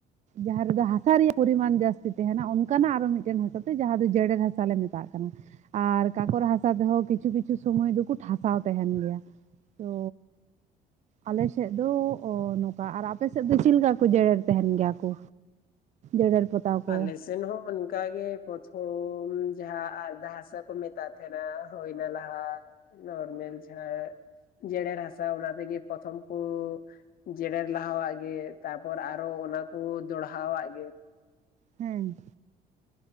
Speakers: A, on the right; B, on the left.
A: ᱡᱟᱦᱟᱸ ᱨᱮᱫᱚ ᱦᱟᱥᱟ ᱨᱮᱭᱟᱜ ᱯᱚᱨᱤᱢᱟᱱ ᱡᱟᱥᱥᱛᱤ ᱛᱟᱦᱮᱱᱟ ᱚᱱᱠᱟᱱᱟᱜ ᱟᱨᱚ ᱢᱤᱫᱴᱮᱱ ᱦᱟᱥᱟ ᱛᱮ ᱡᱟᱦᱟᱸ ᱫᱚ ᱡᱮᱨᱮᱲ ᱦᱟᱥᱟᱞ ᱞᱮ ᱢᱮᱛᱟᱜ ᱛᱟᱜ ᱠᱟᱱᱟ ᱟᱨ ᱠᱟᱠᱚᱨ ᱦᱟᱥᱟ ᱛᱮᱦᱚᱸ ᱠᱤᱪᱷᱩ ᱠᱤᱪᱷᱩ ᱥᱚᱢᱚᱭ ᱫᱚᱠᱚ ᱴᱷᱟᱥᱟᱣ ᱛᱟᱦᱮᱱ ᱜᱮᱭᱟ ᱛᱚ ᱟᱞᱮ ᱥᱮᱫ ᱫᱚ ᱚ ᱱᱚᱝᱠᱟ ᱟᱨ ᱟᱯᱮ ᱥᱮᱫ ᱫᱚ ᱪᱮᱫ ᱞᱮᱠᱟ ᱠᱚ ᱡᱮᱨᱮᱲ ᱛᱟᱦᱮᱱ ᱜᱮᱭᱟ ᱠᱚ? ᱡᱮᱨᱮᱲ ᱯᱚᱛᱟᱣ ᱠᱚ
B: ᱟᱞᱮ ᱥᱮᱱ ᱦᱚᱸ ᱚᱱᱠᱟ ᱜᱮ ᱯᱨᱚᱛᱷᱚᱢ ᱡᱟᱦᱟᱸ ᱟᱨᱫᱟ ᱦᱟᱥᱟ ᱠᱚ ᱢᱮᱛᱟᱜ ᱛᱟᱦᱮᱸᱱᱟ ᱦᱳᱭᱱᱟ ᱞᱟᱦᱟ ᱱᱚᱨᱢᱮᱞ ᱡᱟᱦᱟᱸ ᱡᱮᱨᱮᱲ ᱦᱟᱥᱟ ᱚᱱᱟ ᱛᱮᱜᱮ ᱯᱨᱚᱛᱷᱚᱢ ᱠᱚ ᱡᱮᱨᱮᱲ ᱞᱟᱦᱟᱣᱟᱜ ᱜᱮ ᱛᱟᱯᱚᱨ ᱟᱨᱚ ᱚᱱᱟ ᱠᱚ ᱫᱚᱲᱦᱟᱣᱟᱜ ᱜᱮ
A: ᱦᱮᱸ